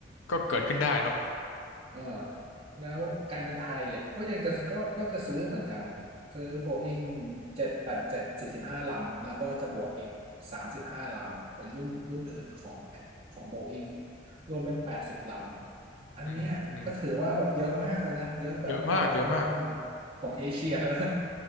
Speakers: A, on the left; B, on the right.
A: ก็เกิดขึ้นได้เนาะ
B: เออแล้วการบินไทยอ่ะก็ยังจะก็ก็จะซื้อเหมือนกันซื้อโบอิ้งเจ็ดแปดเจ็ดสี่สิบห้าลำแล้วก็จะบวกอีกสามสิบห้าลำเป็นรุ่นรุ่นอื่นของของโบอิ้งอีกรวมเป็นแปดสิบลำอันเนี้ยก็ถือว่าแบบเยอะมากเลยนะเยอะแบบระดับต้นๆของเอเชีย
A: อืมเยอะมากเยอะมาก
B: <laughs> แล้วนะ